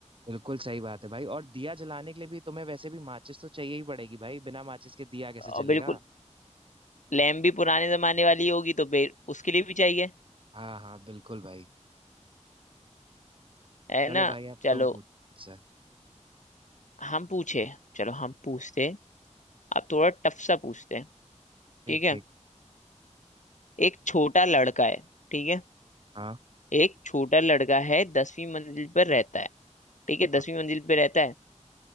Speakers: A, on the right; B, on the left.
A: बिल्कुल सही बात है भाई और दिया जलाने के लिए भी तुम्हें वैसे भी माचिस तो चाहिए ही पड़ेगी भाई बिना माचिस के दिया कैसे
B: और
A: जलेगा
B: बिल्कुल लैंप भी पुराने जमाने वाली होगी तो फिर उसके लिए भी चाहिए
A: हाँ हाँ बिल्कुल भाई
B: है
A: चलो
B: ना
A: भाई अब
B: चलो
A: तुम पूछो मुझसे
B: हम पूछे चलो हम पूछते अब थोड़ा टफ सा पूछते हैं
A: ठीक
B: ठीक है
A: ठीक
B: एक छोटा लड़का है ठीक है
A: हाँ
B: एक छोटा लड़का है दसवीं मंजिल पर रहता है ठीक है
A: हाँ
B: दसवीं मंजिल पे रहता है